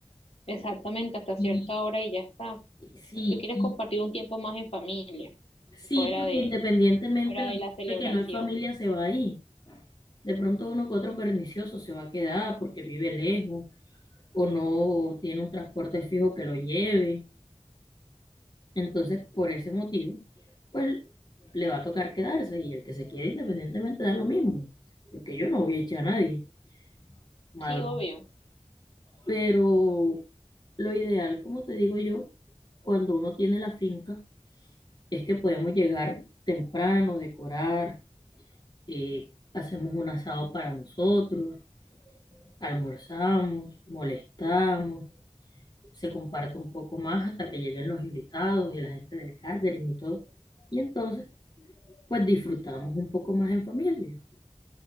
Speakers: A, on the left; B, on the left.
A: Exactamente, hasta cierta
B: Y
A: hora y ya está.
B: y- sí,
A: Tú quieres compartir un tiempo más en familia,
B: Sí,
A: fuera
B: porque
A: de,
B: independientemente
A: fuera
B: la
A: de la celebración.
B: gente que no es familia se va ahí. De pronto uno que otro pernicioso se va a quedar porque vive lejos o no tiene un transporte fijo que lo lleve. Entonces, por ese motivo, pues le va a tocar quedarse y el que se quede independientemente da lo mismo, porque yo no voy a echar a nadie, madrugo.
A: Sí, obvio,
B: Pero lo ideal, como te digo yo, cuando uno tiene la finca, es que podemos llegar temprano, decorar eh, hacemos un asado para nosotros, almorzamos, molestamos, se comparte un poco más hasta que lleguen los invitados y la gente del catering y todo. Y entonces, pues disfrutamos un poco más en familia.